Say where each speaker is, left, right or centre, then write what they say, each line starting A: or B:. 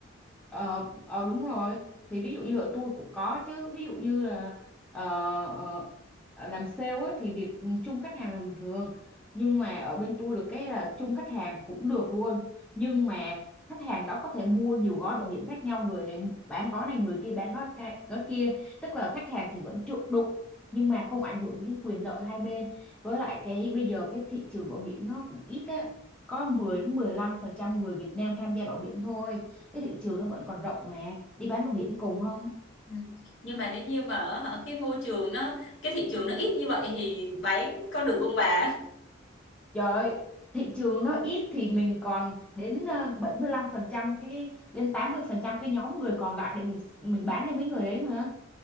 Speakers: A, in the centre; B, on the left.
A: Ờ, ờ đúng rồi thì ví dụ như ở tôi cũng có chứ ví dụ như là ờ, ờ, ờ, làm sale á, thì việc chung khách hàng là bình thường nhưng mà ở bên tôi được cái là chung khách hàng cũng được luôn nhưng mà khách hàng đó có thể mua nhiều gói bảo hiểm khác nhau người này bán gói này người kia bán gói, ca- gói kia tức là khách hàng thì vẫn chủ đụng nhưng mà không ảnh hưởng đến quyền lợi hai bên với lại cái bây giờ cái thị trường bảo hiểm nó cũng ít á có 10 đến 15 phần trăm người Việt Nam tham gia bảo hiểm thôi cái thị trường nó vẫn còn rộng mà đi bán bảo hiểm cùng không
B: Ừ. nhưng mà nếu như mà hả, cái môi trường nó cái thị trường nó ít như vậy thì bán có được không bà
A: trời ơi, thị trường nó ít thì mình còn đến ờ, 75% cái đến 80% cái nhóm người còn lại để mình mình bán cho mấy người đấy mà